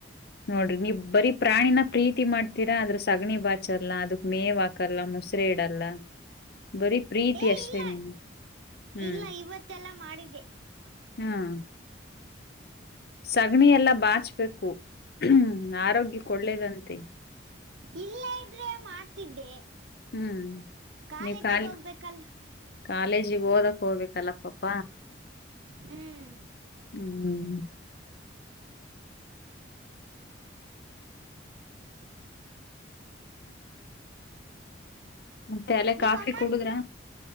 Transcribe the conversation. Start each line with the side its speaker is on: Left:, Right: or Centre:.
Left: ನೋಡ್ರಿ ನೀವ್ ಬರೀ ಪ್ರಾಣಿನ ಪ್ರೀತಿ ಮಾಡ್ತೀರಾ ಆದದ್ರ ಸಗಣಿ ಬಾಚಲ್ಲ ಅದಕ್ಕೆ ಮೇವ್ ಹಾಕಲ್ಲ ಮುಸ್ರ ಇಡಲ್ಲ ಬರೀ ಪ್ರೀತಿ
Right: ಏ
Left: ಅಷ್ಟೇ
Right: ಇಲ್ಲ
Left: ನೀನ್ ಹ್ಮ್
Right: ಇಲ್ಲ ಇವತ್ತೆಲ್ಲ ಮಾಡಿದೆ
Left: ಹ್ಮ್ ಸಗಣಿ ಎಲ್ಲಾ ಬಾಚ್ಬೇಕು ಹ್ಮ ಆರೋಗ್ಯ ಕೊಡ್ಳ್ಳೇದಂತೆ
Right: ಇಲ್ಲಿ ಇದ್ರೆ ಮಾಡ್ತಿದ್ದೆ
Left: ಹ್ಮ್
Right: ಕಾಲೇಜಿಗೆ
Left: ನೀವ್ ಕಾಲ್
Right: ಹೋಗ್ಬೇಕಲ್
Left: ಕಾಲೇಜಿಗೆ ಓದಕ್ ಹೋಗ್ಬೇಕಲ್ಲ ಪಾಪ
Right: ಹ್ಮ್
Left: ಹ್ಮ್ ಮತ್ತೆ ಅಲ್ಲ
Right: ನಿಮ್ಮಮ್ಮ
Left: ಕಾಫಿ ಕುಡುದ್ರ